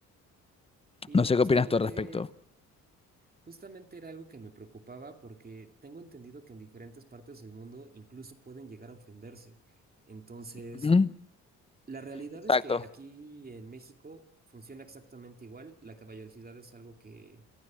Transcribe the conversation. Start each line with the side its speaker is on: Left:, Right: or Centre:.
Right: Y
Left: No sé
Right: justamente,
Left: qué opinas tú al respecto.
Right: justamente era algo que me preocupaba porque tengo entendido que en diferentes partes del mundo incluso pueden llegar a ofenderse. Entonces,
Left: Ujú,
Right: La realidad
Left: Exacto.
Right: es que aquí en México funciona exactamente igual. La caballerosidad es algo que,